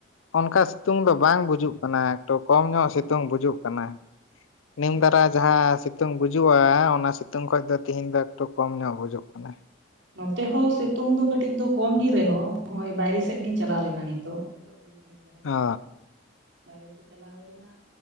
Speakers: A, on the left (about 80°); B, on the right (about 65°).
A: ᱚᱱᱠᱟ ᱥᱤᱛᱩᱝ ᱫᱚ ᱵᱟᱝ ᱵᱩᱡᱩᱜ ᱠᱟᱱᱟ ᱮᱠᱴᱩ ᱠᱚᱢ ᱧᱚᱜ ᱥᱤᱛᱩᱝ ᱵᱩᱡᱩᱜ ᱠᱟᱱᱟ᱾
B: ᱚ
A: ᱱᱤᱢ ᱫᱟᱨᱟ ᱡᱟᱦᱟᱸ ᱥᱤᱛᱩᱝ ᱵᱩᱡᱩᱜᱼᱟ᱾ ᱦᱮᱸ ᱚᱱᱟ ᱥᱤᱛᱩᱝ ᱠᱷᱚᱱ ᱫᱚ ᱛᱤᱦᱧ ᱫᱚ ᱮᱠᱴᱩ ᱠᱚᱢ ᱧᱚᱜ ᱵᱩᱡᱩᱜ ᱠᱟᱱᱟ᱾
B: ᱱᱚᱛᱮ ᱦᱚᱸ ᱥᱤᱛᱩᱝ ᱫᱚ ᱠᱟᱹᱴᱤᱡ ᱫᱚ ᱠᱚᱢᱜᱮ ᱨᱮᱦᱚᱸ ᱱᱚᱜ ᱚᱭ ᱵᱟᱭᱨᱮ ᱥᱮᱫ ᱜᱤᱧ ᱪᱟᱞᱟᱣ ᱞᱮᱱᱟ ᱱᱤᱛᱚᱜ᱾ ᱱᱤᱛᱚᱜ ᱜᱮ ᱠᱷᱟᱹᱱᱤᱠ ᱞᱟᱦᱟᱧ
A: ᱚ
B: ᱦᱮᱡ ᱟᱠᱟᱱᱟ ᱵᱟᱭᱨᱮ ᱥᱮᱫ ᱪᱟᱞᱟᱣ ᱦᱩᱭ ᱞᱮᱱᱟ᱾